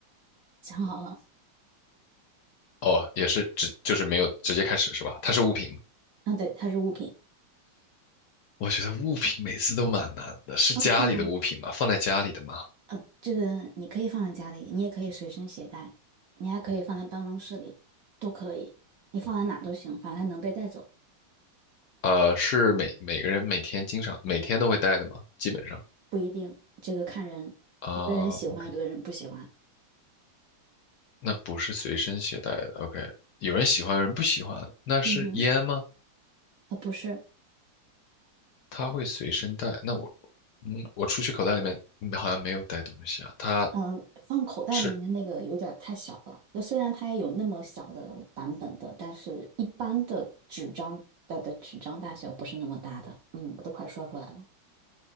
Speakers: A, on the right; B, on the left.
A: 想好了，
B: 哦，也是直，就是没有直接开始是吧？它是物品吗？
A: 啊，对，它是物品，
B: 我觉得物品每次都蛮难的，是家里的物品吗？
A: 啊，是吗？
B: 放在家里的吗？
A: 呃，这个你可以放在家里，你也可以随身携带，你还可以放在办公室里，都可以，你放在哪都行，反正它能被带走。
B: 呃，是每每个人每天经常每天都会带的吗？基本上
A: 不一定，这个看人，
B: 啊，OK，
A: 有的人喜欢，有的人不喜欢。
B: 那不是随身携带的，OK，有人喜欢，有人不喜欢，那是烟吗？
A: 嗯哼，啊，不是，
B: 他会随身带，那我，嗯，我出去口袋里面嗯好像没有带东西啊，它
A: 嗯、放口袋里面那个有点儿太小了。
B: 是
A: 那虽然它也有那么小的版本的，但是一般的纸张的的纸张大小不是那么大的。嗯，我都快说出来了，